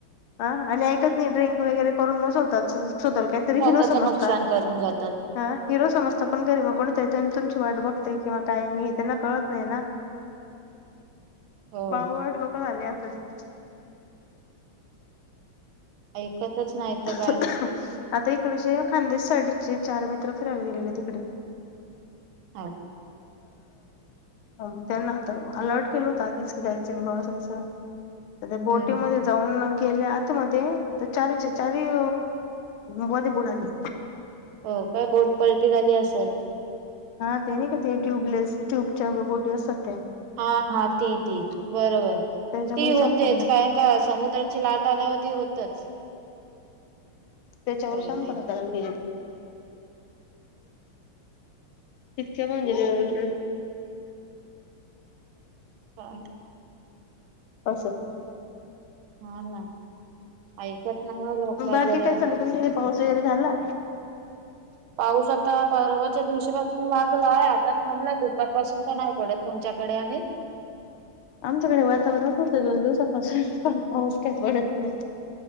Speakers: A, on the left (about 80°); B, on the right (about 75°).
A: ह आणि ऐकत नाही ड्रिंक वगैरे करून मग स्वतःच स्वतःला कायतरी
B: स्वतःच
A: हिरो समजता,
B: नुकसान करून जातात
A: अ हिरो समज घरी बुआ कोणीतर तुमची वाट बघते किंवा काही नाही त्यांना कळत नाही ना.
B: हो
A: बाववलट लोकं झाली आत्ताची.
B: ऐकतच नाही तर
A: आता
B: काय
A: इकडं जे खानदेश साईड चे चार मित्र फिरायला गेलेले तिकडे.
B: आड
A: अ त्यांना आता अलर्ट केला होतं की जायचं नाही बाळा बोटीमध्ये
B: हम्म
A: जाऊन गेले आत मध्ये तर चारीचे चारी मध्ये बुडाले.
B: हो काय बोट पलटी झाली असेल?
A: हा ते नाही का ते ट्यूबलेस ट्यूबच्या बोटी असतात त्या
B: हा हा ती ती बरोबर.
A: त्याच्यामध्ये
B: ती होतेच
A: छानपणा
B: कारय का समुद्राची लाट आल्यावर ती होतच
A: त्याच्यावर
B: पलटी
A: शांतपणा कारण गिरीली
B: <inaudible>
A: शथ्या म्हजल
B: ह
A: अस
B: हा ना ऐकत नाही लोक
A: बाकी
B: जर
A: काय चाल तुमच्या इ पाऊस वगैरे झाला
B: पाऊस आता परवाच्या दिवशीपासून लागलाय आता थांबलाय दुपारपासून तर नाही पडत तुमच्याकडे आहेत
A: आमच्याकडे वातावरणच होतं दोन दिवसापासून पण पाऊस काय पडत नाही